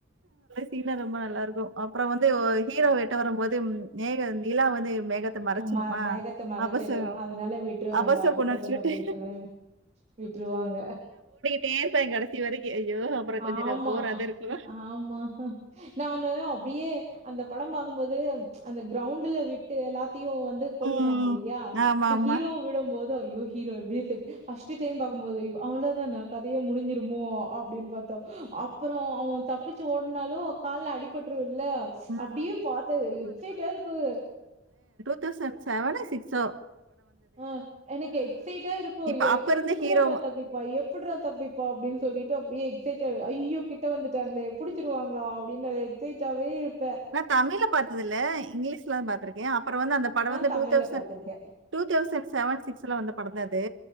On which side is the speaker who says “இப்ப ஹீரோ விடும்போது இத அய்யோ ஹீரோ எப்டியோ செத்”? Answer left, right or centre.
Right